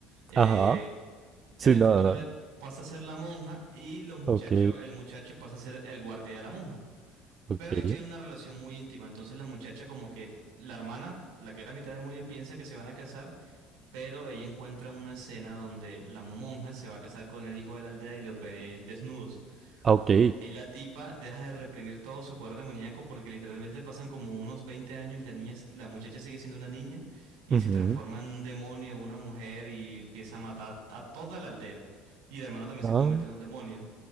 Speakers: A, on the right; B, on the right.
A: eh,
B: Ajá. Sí,
A: en el
B: no,
A: futuro
B: no.
A: es- pasa a ser la monja y los muchachos,
B: Ok,
A: el muchacho pasa a ser el guardia de la monja.
B: ok,
A: Pero ellos tienen una relación muy íntima, entonces la muchacha como que la hermana, la que era mitad demonio, piensa que se van a casar, pero ella encuentra una escena donde la monja se va a casar con el hijo de la aldea y los ve desnudos.
B: ah, ok.
A: Ahí la tipa deja de reprimir todo su poder demoníaco porque literalmente pasan como unos 20 años y la niña, s- la muchacha sigue siendo una niña y
B: Ujú.
A: se transforma en un demonio, una mujer y empieza a matar a toda la aldea. Y el hermano también
B: Ah,
A: se convierte en un demonio.